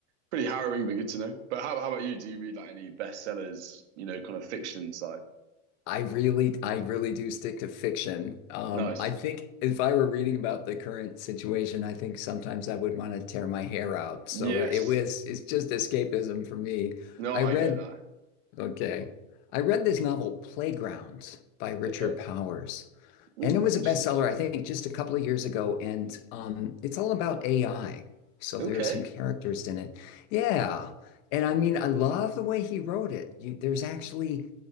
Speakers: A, on the right (about 70°); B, on the left (about 40°).
A: pretty harrowing but good to know. But how how about you? Do you read like any bestsellers, you know, kind of fiction side?
B: I really, I really do stick to fiction. Um,
A: Nice.
B: I think if I were reading about the current situation, I think sometimes I would want to tear my hair out. So
A: Yes.
B: it, it was, it's just escapism for me.
A: No,
B: I
A: I
B: read,
A: get that.
B: okay. I read this novel, Playgrounds by Richard
A: Okay.
B: Powers.
A: Mm,
B: And it was
A: interesting.
B: a bestseller, I think, just a couple of years ago. And um, it's all about AI. So
A: Okay.
B: there are some characters in it. Yeah. And I mean, I love the way he wrote it. You, there's actually